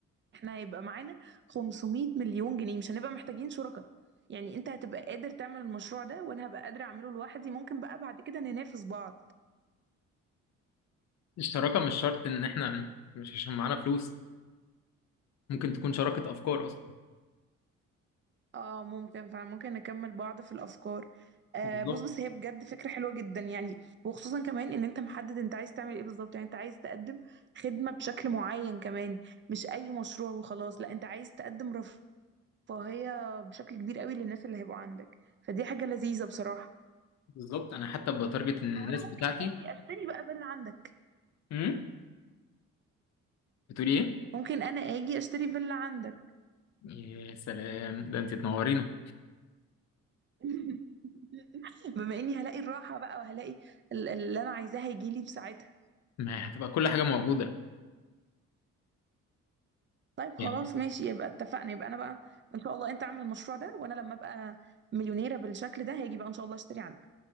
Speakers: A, on the right (about 40°); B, on the left (about 60°).
A: احنا هيبقى معانا 500 مليون جنيه مش هنبقى محتاجين شركاء يعني انت هتبقى قادر تعمل المشروع ده وانا هبقى قادرة اعمله لوحدي ممكن بقى بعد كده ننافس بعض
B: الشراكة مش شرط إن إحنا مش عشان معانا فلوس ممكن تكون شراكة أفكار أصلا
A: اه ممكن فممكن نكمل بعض في الافكار آه
B: بالظبط
A: بص بس هي بجد فكرة حلوة جدا يعني وخصوصا كمان ان انت محدد انت عايز تعمل ايه بالظبط يعني انت عايز تقدم خدمة بشكل معين كمان مش اي مشروع وخلاص لا انت عايز تقدم رفاهية بشكل كبير قوي للناس اللي هيبقوا عندك فدي حاجة لذيذة بصراحة
B: بالظبط أنا حتى بتارجت إن الناس
A: وانا ممكن
B: بتاعتي
A: اجي اشتري بقى باللي عندك
B: مم. بتقولي إيه؟
A: ممكن انا اجي اشتري فيلا عندك
B: يا سلام ده أنت تنورينا
A: <laughs> بما اني هلاقي الراحه بقى وهلاقي ال- اللي انا عايزاه هيجي لي في ساعتها
B: ما هتبقى كل حاجة موجودة
A: طيب خلاص
B: يعني
A: ماشي يبقى اتفقنا يبقى انا بقى ان شاء الله انت اعمل المشروع ده وانا لما ابقى مليونيره بالشكل ده هاجي بقى ان شاء الله اشتري عندك